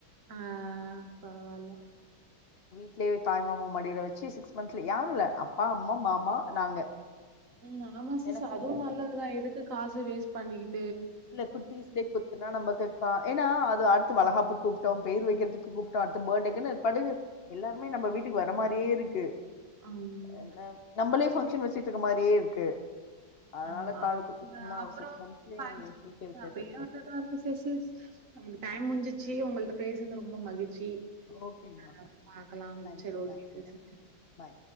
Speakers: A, on the right; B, on the left.
A: ஆஹ் பரவாயல
B: வி தாய் மாம மடியில வச்சு சிக்ஸ் மந்த்ல யாரும் இல்ல அப்பா அம்மா மாமா நாங்க
A: உம் ஆமாசிஸ்
B: ஏன்னா குட்டி
A: அதுவும் நல்லதுதான் எதுக்கு காசு <unintelligible> வேஸ்ட் பண்ணிகிட்டு
B: இல்ல குட்டீஸ்லயே குத்துன்னா நம்ம க்கு ஏன்னா அது அடுத்த வலகாப்புக்கு கூப்டோம் பேர் வைக்கிறதுக்கு கூப்ட்டோம் அடுத்த பர்த்டேக்குன்னு படு எல்லாருே நம்ம வீட்டுக்கு வர மாரியே இருக்கு
A: ம்
B: என் நம்மளஃபங்க்ஷன் வச்சு வச்சிட்டுக்கு மாதிரியே இருக்கு அதனால
A: ஆமா.
B: காது குத்தக்கமா
A: அ அப்புறம்
B: ஒரு சிக்ஸ் மந்த்ஸ்லயே
A: ஃபங்ஷன்
B: விட்டாச்சு
A: அப்படியே வந்ததா இருக்கும் சிச ந முஞ்சிச்சு உங்கள்ட பேசது ரொம்ப மகிழ்சி
B: ஓகேமா
A: ஹ் பாரக்கலாம்
B: தேங்க்யூ
A: சரி
B: தேங்க்யூடா பாய்